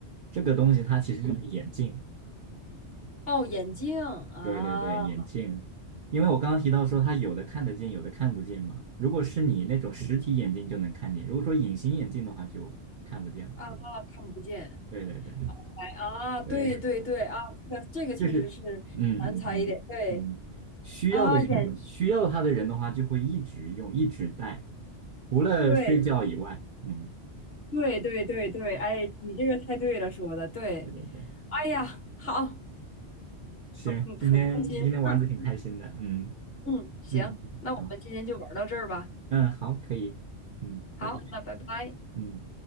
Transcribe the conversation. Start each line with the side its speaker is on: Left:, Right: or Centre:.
Right: 这个东西它其实就是眼镜，
Left: 哦，眼镜啊
Right: 对对对，眼镜，因为我刚刚提到说它有的看得见，有的看不见嘛。如果是你那种实体眼镜就能看见，如果说隐形眼镜的话就看不见了。
Left: 啊，
Right: 对
Left: 看不见。
Right: 对对对
Left: 哎啊，对对对啊，
Right: 对。
Left: 这个这个确实是难猜一点。
Right: 就是嗯嗯嗯嗯，
Left: 对
Right: 需要的人需要他的人的话，
Left: 啊，眼
Right: 就会一直用，一直带，除了睡觉以外。
Left: 对。
Right: 嗯，
Left: 对对对对，哎，你这个太对了，说的对。
Right: 对对对，
Left: 哎呀，好，
Right: 行，
Left: 好嗯，
Right: 今天今天玩的挺开心的。
Left: 很开心。嗯
Right: 嗯
Left: 嗯，行，
Right: 嗯，
Left: 那我们今天就玩到这儿吧。
Right: 好，嗯好，可以，嗯，
Left: 好，
Right: 拜拜，
Left: 那拜拜。
Right: 嗯。